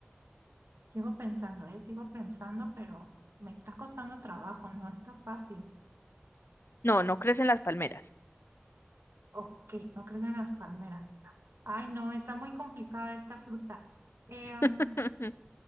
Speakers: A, on the right (about 75°); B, on the left (about 70°).
A: Sigo pensando, eh, sigo pensando, pero me está costando trabajo, no está fácil.
B: No, no crecen las palmeras.
A: ¿O qué? ¿No crees en las palmeras? Ay, no, está muy complicada esta fruta. Eh,
B: <laughs>
A: mm,